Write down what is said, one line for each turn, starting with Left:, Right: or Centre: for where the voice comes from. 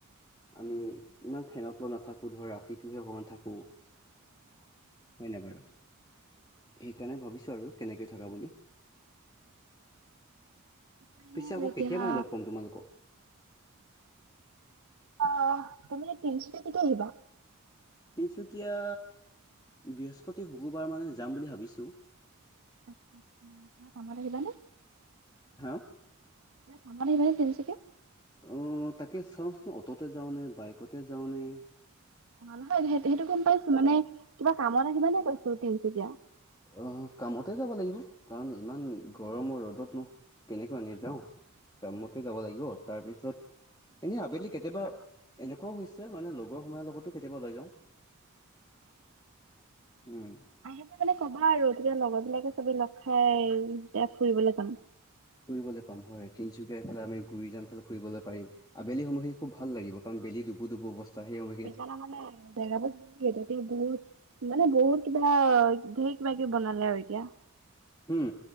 Left: আমি ইমান ফেনত ল নাথাকো ধৰা। টোহে অকমান থাকো হয় নে বাৰু সেইকাৰণে ভাবিছো। আৰু কেনেকৈ থকা বুলি।
Right: নাই
Left: পিছে
Right: আৰু
Left: আকৌ
Right: এতিয়া
Left: কেতিয়াবানে লগ পাম তোমালোকক।
Right: অ তুমি তিনিশট কেটো আহিবা।
Left: তিনিচুকীয়া বৃহস্পতি শুকুৰবাৰ মানে যাম বুলি ভাবিছোঁ।
Right: তোমাৰ কামত আহিবাানে।
Left: হা।
Right: আমাৰ আহিব মানে তেতিচকে।
Left: অ তাকে চাওঁচোন অটোতে যাওঁনেে বাইকতে যাওঁনেে
Right: অ নহয় স সেইটো গম পাইছো মানে কিবা কামত আহ কিবা নে কৈছো তিনচুকীয়া।
Left: আহ কামতে যাব লাগিব কাৰণ ইমান গৰমৰ ৰ'দত ন তেনেকৈ নেযাও টাইমতে যাব লাগিব তাৰপিছত এনেই আবেলি কেতিয়াবা এনেকুৱাও হৈছে মানে লগৰ সমনীয়াৰ লগতো কেতিয়াবা ওলাই যাওঁ উম
Right: আহিলে মানে ক'বা আৰু তেতিয়া লগৰ বিলাকে চবে লগ খাই তেতিয়া ফুৰিবলে যাম
Left: ফুৰিবলৈ পাম হয় তিনিচুকীয়াৰফালে আমি গুৰিজান ফালে ফুৰিব পাৰিম আবেলি সময়খিনি খুব ভাল লাগিব কাৰণ বেলি ডুবু ডুবু অৱস্থা সেই সময়খিনি
Right: মই মানে জেগাবোৰ এতিয়া বহুত মানে বহুত কিবা ধেৰ কিবা কিবি বনালে আৰু এতিয়া
Left: উম